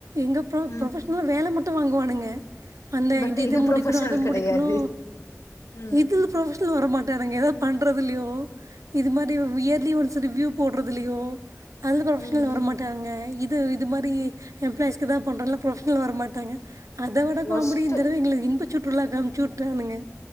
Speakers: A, on the right (about 85°); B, on the left (about 80°).
A: எங்க ப்ர
B: ம்
A: ப்ரொபஷனலாக வேல மட்டு வாங்குவானுங்க அந்த
B: பட்
A: இது இது
B: ப்ரொஃபஷனல்
A: முடிக்கணு அது
B: கெடையாது
A: முடிக்கணு
B: ம்
A: இதுல ப்ரொபஷனல் வரமாட் டானுங்க எதாது பண்றதுலயோ இது மாரி இயர்லி ஒன்ஸ் ரிவியூ போட்றதுலையோ அதுல ப்ரொபஷனலா
B: ம்
A: வர மாட்டானுங்க இது இது மாரி எம்பிலாய்ஸ்க்கு தா பண்றோல்லா ப்ரொஃபஷனல வர மாட்டாங்க அத விட காமெடி
B: ஒஸ்ட்டு
A: இந்த தடவ எங்கள இன்ப சுற்றுலாக்கு அம்ச்சிவுட்டானுங்க